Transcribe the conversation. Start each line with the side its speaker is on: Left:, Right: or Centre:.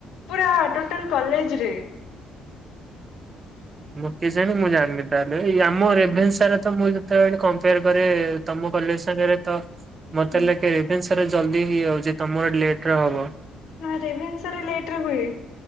Left: ପୁରା ଟୋଟାଲ କଲେଜ ରେ
Right: ମୁଁ କି ଜାଣ ମୁଁ ଜାଣିନି ତାହେଲେ ଏଇ ଆମ ରେଭେସ୍ବା
Left: ହୁଁ
Right: ରେ ତ ମୁଁ ତ ଏଠି କମ୍ପେୟାର କରେ ତମ କଲେଜ ସାଙ୍ଗରେ ତ ମତେ
Left: ହୁଁ
Right: ଲାଗେ ରେଭେଶ୍ଵା ରେ ଜଲ୍ଦି ହେଇଯାଉଛି ତମର ଲେଟରେ ହବ
Left: ନା ରେଭେଶ୍ଵା ରେ ଲେଟରେ ହୁଏ